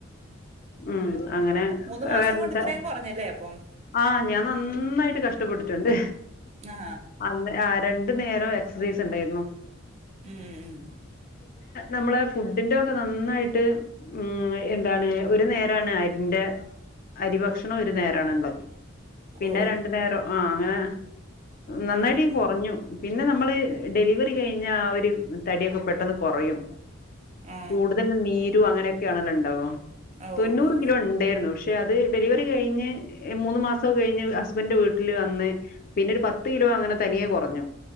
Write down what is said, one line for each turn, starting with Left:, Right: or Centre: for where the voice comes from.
Left: ഉം അങ്ങനെ <unintelligible>
Right: മൂന്ന് മാസം കൊണ്ട് ഇത്രയും കുറഞ്ഞല്ലേ അപ്പം
Left: ആ ഞാൻ നന്നായിട്ട് കഷ് ട്ടപ്പെട്ട്ട്ട്ണ്ട്
Right: ആ
Left: അന്ന് ആര്- രണ്ടു നേരോം എക്സസൈസ് ഇണ്ടായിരുന്നു
Right: ഉം ഉം
Left: നമ്മള് ഫുഡിന്റെ ഒക്കെ നന്നായിട്ട് <unintelligible> എന്താണ് ഒരു നേരാണ് അരിന്റെ അരി ഭക്ഷ ഒരു നേരണുള്ളത്. പിന്നെ
Right: ഓ ഓ
Left: രണ്ടു നേരം. ആ അങ്ങനെ. നന്നായിട്ട്
Right: ഉം
Left: കുറഞ്ഞു. പിന്നെ നമ്മള് ഡെലിവറി കഴിഞ്ഞാ ആ ഒരു തടിക്കെ പെട്ടെന്ന് കുറയും.
Right: ആ
Left: കൂടുതൽ നീരും അങ്ങനെ. <unintelligible>
Right: ഓ
Left: തൊണ്ണൂറ്
Right: ഉം
Left: കിലോ ഇണ്ടായിരുന്നു. അത് ഡെലിവ കഴിഞ്ഞ് മൂന്ന് മാസം കഴിഞ്ഞ് ഹസ്ബൻഡിന്റെ വീട്ടില് വന്ന്. പിന്നെ ഒരു പത്ത് കിലോ അങ്ങനെ തനിയെ കുറഞ്ഞു.